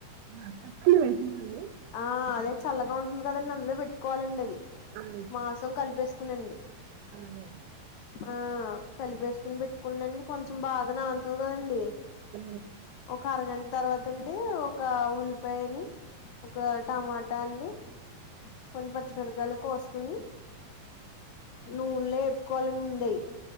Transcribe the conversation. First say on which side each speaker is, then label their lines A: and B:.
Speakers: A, on the right; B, on the left.
A: ఆ చప్పులు వేస్నా అండి
B: ఆ అదే చల్లగా ఉంటుంది కదండి అందులో పెట్టుకోవాలండి అది
A: అవును
B: మాసం కలిపేసుకునండి
A: అలాగే అం
B: ఆ కలిపేసుకుని పెట్టుకుండండి కొంచెం బాగా నాంతది కదండి
A: ఆ
B: ఒక అరగంట తర్వాతండి ఒక ఉల్లిపాయని ఒక టమాటా అండి కొన్ పచ్చిమిరపకాయలు కోసుకొని నూన్ లో వేప్కోవాలండ్ ముందే అయి